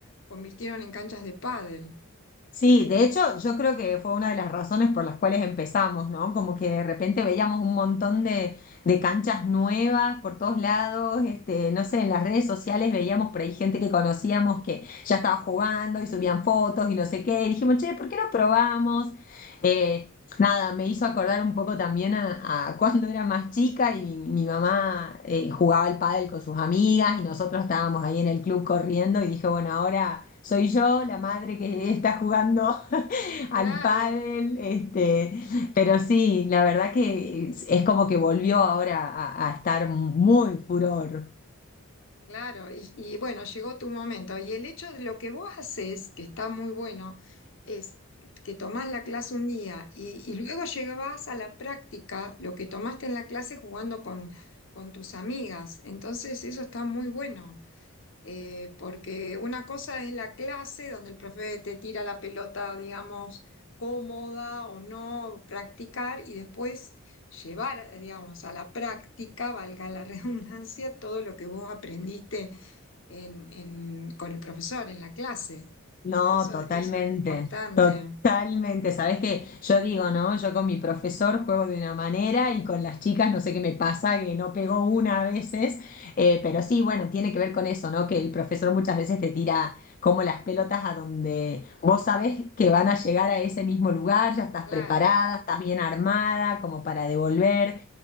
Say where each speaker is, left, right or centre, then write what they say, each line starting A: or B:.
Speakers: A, on the left; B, on the left.
A: convirtieron en canchas de pádel.
B: sí, de hecho yo creo que fue una de las razones por las cuales empezamos, ¿no? Como que de repente veíamos un montón de, de canchas nuevas por todos lados, este, no sé, en las redes sociales veíamos por ahí gente que conocíamos que ya estaba jugando y subían fotos y no sé qué, y dijimos, che, ¿por qué no probamos? Eh, nada, me hizo acordar un poco también a, a cuando era más chica y mi, mi mamá eh, jugaba al pádel con sus amigas y nosotros estábamos ahí en el club corriendo y dije, bueno, ahora soy yo la madre que está jugando <laughs> al
A: Claro,
B: pádel, este, pero sí, la verdad que es, es como que volvió ahora a, a estar muy furor.
A: claro. Y, y bueno, llegó tu momento. Y el hecho de lo que vos haces, que está muy bueno, es que tomás la clase un día y, y luego llevas a la práctica lo que tomaste en la clase jugando con, con tus amigas. Entonces, eso está muy bueno. eh, porque una cosa es la clase donde el profe te tira la pelota, digamos, cómoda o no, practicar y después llevar, eh, digamos, a la práctica, valga la <laughs> redundancia, todo lo que vos aprendiste en, en- con el profesor en la clase.
B: No,
A: Eso,
B: totalmente,
A: eso es importante.
B: totalmente. Sabes que yo digo, ¿no? Yo con mi profesor juego de una manera y con las chicas no sé qué me pasa, que no pego una a veces, Eh, pero sí, bueno, tiene que ver con eso, ¿no? Que el profesor muchas veces te tira como las pelotas a donde vos sabés que van a llegar a ese mismo lugar, ya estás
A: Claro,
B: preparada, estás bien armada como para devolver.